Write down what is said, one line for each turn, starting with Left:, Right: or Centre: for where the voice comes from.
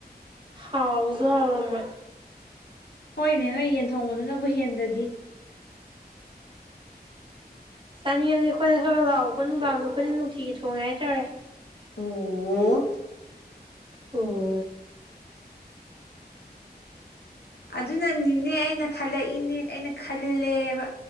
Right: ꯍꯥꯎꯁꯨ ꯍꯥꯎꯔꯝꯃꯣꯏ
Left: ꯍꯣꯏꯅꯦ ꯅꯣꯏ ꯌꯦꯟ ꯊꯣꯡꯕꯗꯨꯅꯕꯨ ꯍꯦꯟꯗꯗꯤ꯫
Right: ꯆꯥꯅꯤꯡꯉꯗꯤ ꯑꯩꯈꯣꯏꯗ ꯈꯔ ꯂꯥꯛꯑꯣꯕ ꯅꯨꯡꯗꯥꯡꯗꯣ ꯑꯩꯈꯣꯏꯗ ꯅꯨꯡꯇꯤꯒꯤ ꯊꯣꯡꯉꯦ ꯍꯥꯏꯇꯥꯔꯦ꯫
Left: ꯑꯣ
Right: ꯑꯣ
Left: ꯑꯗꯨꯅꯅꯤꯅꯦ ꯑꯩꯅ ꯈꯜꯂꯛꯏꯅꯦ ꯑꯩꯅ ꯈꯜꯂꯦꯕ